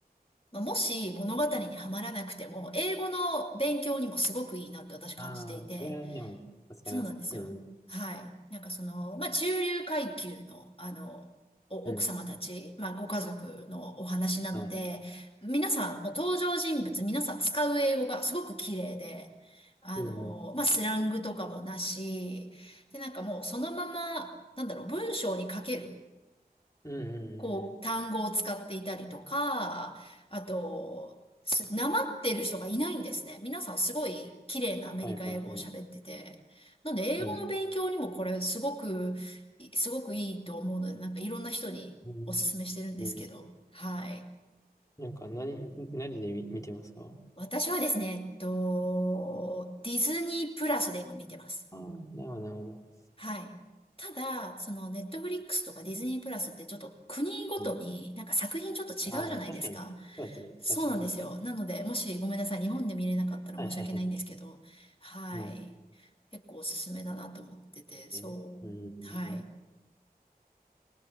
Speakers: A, on the left (about 35°); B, on the left (about 20°).
A: まあもし物語にはまらなくても、英語の勉強にもすごくいいなって私感じていて、
B: ああ、それは、でも、助かります。
A: そうなんですよ。
B: うん。
A: はい。なんかその、まあ、中流階級の、あの、お奥様たち、
B: うん。
A: まあ、ご家族のお話なので、
B: はい
A: 皆さん、もう登場人物、皆さん使う英語がすごく綺麗で、あの、
B: うんうん
A: まあ、スラングとかもなし、で、なんかもうそのまま、なんだろう、文章に書ける。
B: うんうんうんうん
A: こう、単語を使っていたりとか、あと、す、なまってる人がいないんですね。皆さんすごい綺麗なアメリカ英語を喋ってて。
B: はいはいはい
A: なんで、英語の勉強にもこれすごく、
B: うん
A: いすごくいいと思うので、なんかいろんな人におすすめしてるんですけど。
B: うんうん
A: はい。
B: なんか何何で見見てますか
A: 私はですね、えっと、ディズニープラスで今見てます。
B: ああーなるほどなるほど
A: はい。ただ、その、ネットフリックスとかディズニープラスってちょっと国ごとになんか作品ちょっと違うじゃないですか。
B: うんああ確かにそうですね確かに確かに
A: そうなんですよ。なので、もしごめんなさい、日本で見れなかったら申し訳ないんですけど、
B: はいはいはい
A: はい。
B: うん
A: 結構おすすめだなと思ってて、そう。
B: ねうんうんうんうん
A: はい。